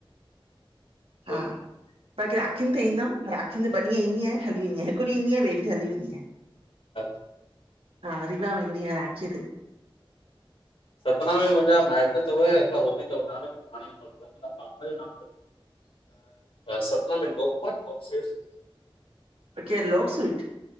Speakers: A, on the right (about 85°); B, on the left (about 75°).
A: हा
B: सही
A: बाक़ी राखिनि ते ईंदमि राखिनि ते ॿ ॾींहं ईंदी आहियां, हिकु ॾीहु ईंदी आह ॿे ॾींहुं हली वेंदी आहियां।
B: अच
A: हा रीवा वेंदी आहियां राखीअ ते।
B: सतना में मुंहिंजा माइट तव, हिकड़ा हो बि तव तां हाणे पापा जो नाम अ सतना में दो पॉइंट आफ सेटस
A: केरुं लोक स्वीट?